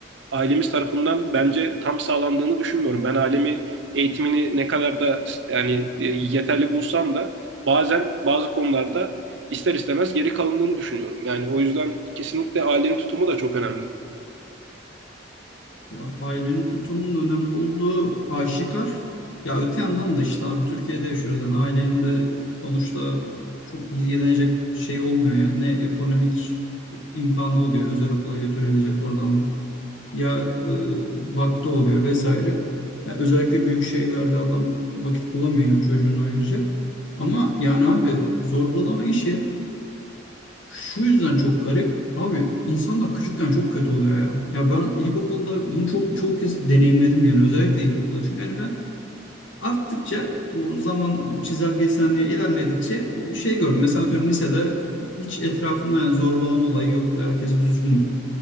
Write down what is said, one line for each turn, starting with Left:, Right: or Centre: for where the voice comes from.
Right: ailemiz tarafından bence tam sağlandığını düşünmüyorum. Ben ailemi eğitimini ne kadar da yani e, yeterli bulsam da bazen bazı konularda ister istemez geri kalındığını düşünüyorum. Yani o yüzden kesinlikle ailenin tutumu da çok önemli.
Left: Ya ailenin tutumunun önemli olduğu aşikar. Ya öte yandan da işte abi Türkiye'de yaşıyoruz. Yani ailenin de sonuçta çok ilgilenecek şey olmuyor yani. Ne ekonomik imkanı oluyor özel okula götürebilecek oradan alıp. Ya e, vakti oluyor vesaire. Ya özellikle büyük şehirlerde adam vakit bulamıyor yani çocuğunu ayıracak. Ama yani abi zorbalama işi şu yüzden çok garip. Abi insanlar küçükken çok kötü oluyor ya. Ya ben ilkokulda bunu çok çok kez deneyimledim yani özellikle ilkokulda. Çünkü hani ben arttıkça o zaman çizelgesinde ilerledikçe şey gördüm. Mesela atıyorum lisede hiç etrafımda yani zorbalama olayı yoktu. Herkes düzgündü.